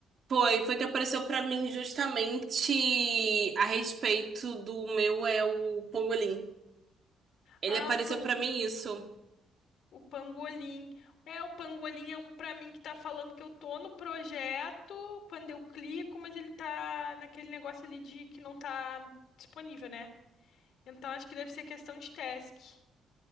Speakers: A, on the right; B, on the left.
A: foi, foi que apareceu para mim justamente a respeito do meu é o Pangolin. Ele
B: Ah,
A: apareceu
B: o Pan.
A: para mim isso.
B: O pangolim. É, o pangolim é um pra mim que tá falando que eu tô no projeto quando eu clico, mas ele tá naquele negócio ali de que não tá disponível, né? Então acho que deve ser questão de task.